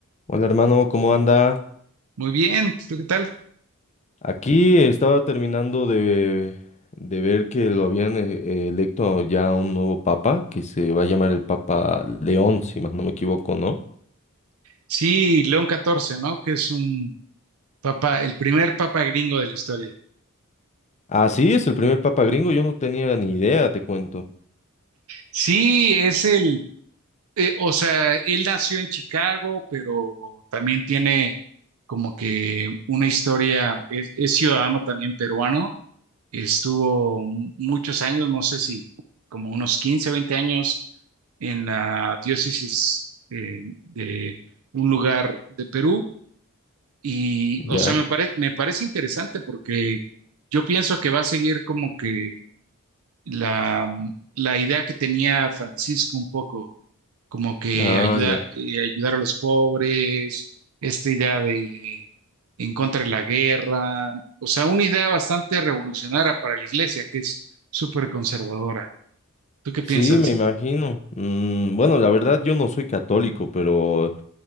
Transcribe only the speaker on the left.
Hola hermano, ¿cómo anda?
Aquí estaba terminando de, de ver que lo habían eh, electo ya un nuevo papa, que se va a llamar el Papa León, si más no me equivoco, ¿no?
Ah, sí, es el primer papa gringo, yo no tenía ni idea, te cuento.
Ya.
Ah,
ya.
Sí,
me imagino. Mm, bueno, la verdad yo no soy católico, pero